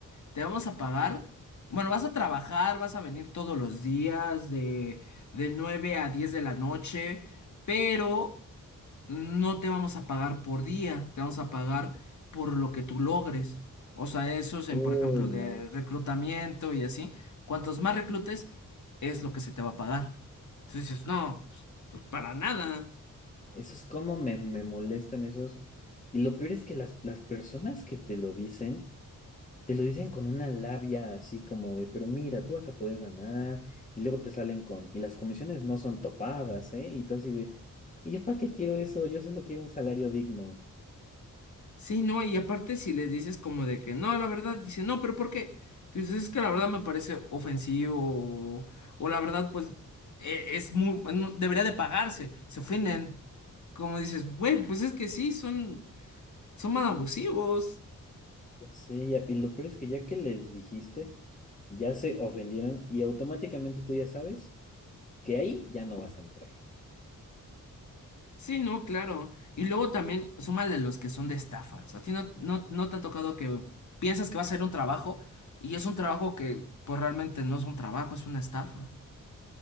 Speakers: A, on the left (about 60°); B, on the left (about 25°).
A: te vamos a pagar, bueno, vas a trabajar, vas a venir todos los días de, de 9 a 10 de la noche, pero no te vamos a pagar por día, te vamos a pagar por lo que tú logres. O sea, eso es en,
B: Uy,
A: por ejemplo,
B: no.
A: de reclutamiento y así. Cuantos más reclutes, es lo que se te va a pagar. Entonces dices, no, pues, pues para nada.
B: esos cómo me, me molestan esos. Y lo peor es que las, las personas que te lo dicen, te lo dicen con una labia así como de, pero mira, tú vas a poder ganar. Y luego te salen con, y las comisiones no son topadas, ¿eh? Y entonces de, ¿y yo para qué quiero eso? Yo solo quiero un salario digno.
A: Sí, no, y aparte si les dices como de que no, la verdad, dice, no, pero ¿por qué? Entonces es que la verdad me parece ofensivo o, o la verdad, pues e- es muy, no- debería de pagarse, se ofenden. Como dices, güey, pues es que sí, son, son más abusivos.
B: Sí, ya- y lo peor es que ya que les dijiste, ya se ofendieron y automáticamente tú ya sabes que ahí ya no vas a entrar.
A: Sí, no, claro. Y luego también súmale los que son de estafas. A ti no, no, no te ha tocado que piensas que va a ser un trabajo y es un trabajo que pues realmente no es un trabajo, es una estafa.